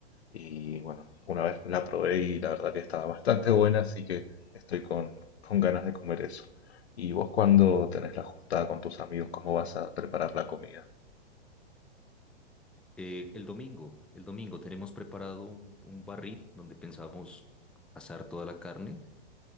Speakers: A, on the left (about 75°); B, in the centre.
A: Y bueno, una vez la probé y la verdad que estaba bastante buena, así que estoy con, con ganas de comer eso. ¿Y vos cuando tenés la juntada con tus amigos, cómo vas a preparar la comida?
B: Eh, el domingo, el domingo tenemos preparado un, un barril donde pensamos asar toda la carne.